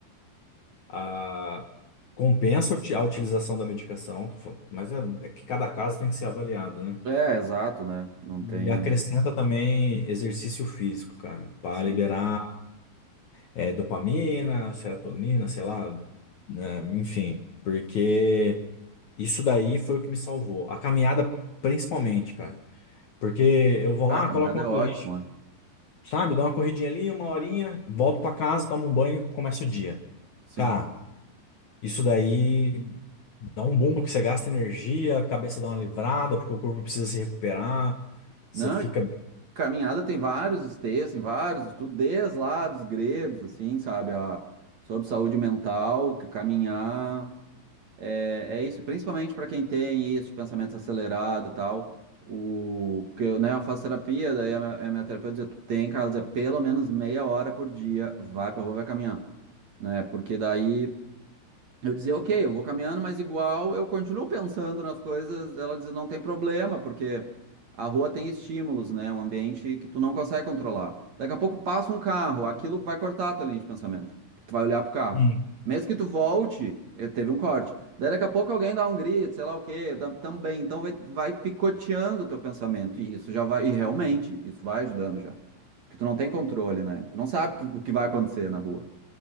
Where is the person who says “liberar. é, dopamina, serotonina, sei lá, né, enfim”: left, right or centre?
Left